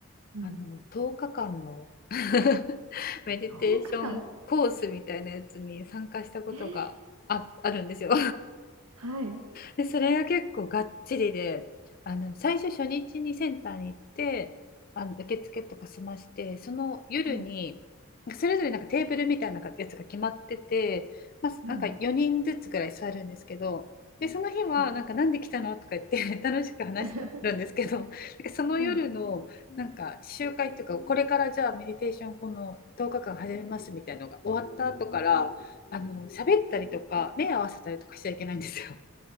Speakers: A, on the right; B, on the left.
A: うん。
B: あの10日間の <laughs> メディテーションコースみたいなやつに参加したことがあ、
A: 10日間えー
B: あるんですよ。
A: はい。
B: で、それが結構がっちりで、あの、最初初日にセンターに行って、あの、受付とか済まして、その夜に、
A: はい。
B: それぞれなんかテーブルみたいなやつが決まってて、まあ、
A: うん。
B: なんか4人ずつぐらい座るんですけど、で、その日は、
A: うん
B: なんか、なんで来たのとか言って <laughs> 楽しく話してるんですけど、
A: <laughs>
B: <laughs> なんかその夜の、
A: はい。
B: なんか、集会っていうか、これからじゃあ、メディテーション、この10日間始めますみたいなのが終わった後から、あの、喋ったりとか、目合わせたりとかしちゃいけないんですよ。